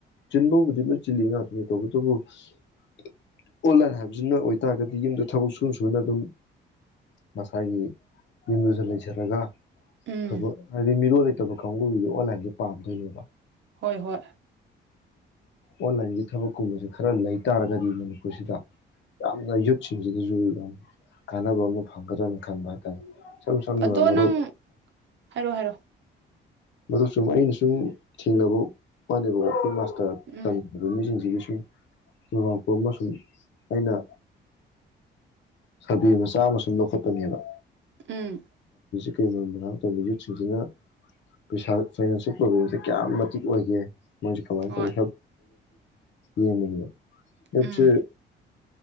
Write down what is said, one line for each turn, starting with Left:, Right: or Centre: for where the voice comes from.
Left: ꯆꯤꯟꯕꯕꯨꯗꯤ ꯂꯣꯏ ꯆꯤꯜꯂꯤ ꯉꯥꯛꯇꯅꯤ ꯇꯧꯕꯇꯕꯨ ꯑꯣꯟꯂꯥꯏꯟ ꯍꯥꯏꯕꯁꯤꯅ ꯑꯣꯏꯇꯥꯔꯒꯗꯤ ꯌꯨꯝꯗ ꯊꯕꯛ ꯁꯨꯅ ꯁꯨꯅ ꯑꯗꯨꯝ ꯃꯁꯥꯒꯤ ꯌꯨꯝꯗꯨꯗ ꯂꯩꯖꯔꯒ
Right: ꯎꯝ
Left: ꯊꯕꯛ ꯍꯥꯏꯕꯗꯤ ꯃꯤꯔꯣꯜ ꯂꯩꯇꯕ ꯀꯥꯡꯕꯨꯒꯤꯗꯤ ꯑꯣꯟꯂꯥꯏꯟꯁꯦ ꯄꯥꯝꯗꯣꯏꯅꯦꯕ
Right: ꯍꯣꯏ ꯍꯣꯏ
Left: ꯑꯣꯟꯂꯥꯏꯟꯒꯤ ꯊꯕꯛ ꯀꯨꯝꯁ ꯈꯔ ꯂꯩ ꯇꯥꯔꯒꯗꯤ ꯃꯅꯤꯄꯨꯔꯁꯤꯗ ꯌꯥꯝꯅ ꯌꯨꯠꯁꯤꯡꯁꯤꯗꯁꯨ ꯌꯥꯝ ꯀꯥꯟꯅꯕ ꯑꯃ ꯐꯪꯒꯗ꯭ꯔꯅ ꯈꯟꯕ ꯍꯥꯏꯇꯥꯔꯦ ꯁ ꯁꯅ
Right: ꯑꯗꯣ
Left: ꯃꯔꯔ
Right: ꯅꯪ ꯍꯥꯏꯔꯣ ꯍꯥꯏꯔꯣ
Left: ꯃ ꯁꯨꯝ ꯑꯩꯟꯁꯨꯝ ꯊꯦꯡꯅꯕꯕꯨ ꯄꯅꯤꯕ ꯑꯣꯠꯈꯦ ꯇ
Right: ꯎꯝ
Left: ꯇꯝꯖꯕ ꯃꯤꯁꯤꯡꯁꯤꯒꯤꯁꯨ ꯌꯣꯡꯉꯥꯛꯄ ꯑꯃꯁꯨꯡ ꯑꯩꯅ ꯁꯕꯤ ꯃꯆꯥ ꯑꯃ ꯁꯨꯝ ꯂꯧꯈꯠꯄꯅꯦꯕ
Right: ꯎꯝ
Left: ꯀꯔꯤ ꯃꯔ ꯃꯔꯥꯡ ꯇꯧꯔꯤꯕ ꯌꯨꯠꯁꯤꯡꯁꯤꯅ ꯄꯩꯁꯥ ꯐꯥꯏꯅꯥꯟꯁꯤꯌꯦꯜ ꯄ꯭ꯔꯣꯕ꯭ꯂꯦꯝꯁꯦ ꯀꯌꯥꯝ ꯃꯇꯤꯛ ꯑꯣꯏꯒꯦ ꯃ ꯀꯃꯥꯏ
Right: ꯍꯣꯏ
Left: ꯌꯦꯡꯕꯅꯤꯕ ꯑꯦꯁ
Right: ꯎꯝ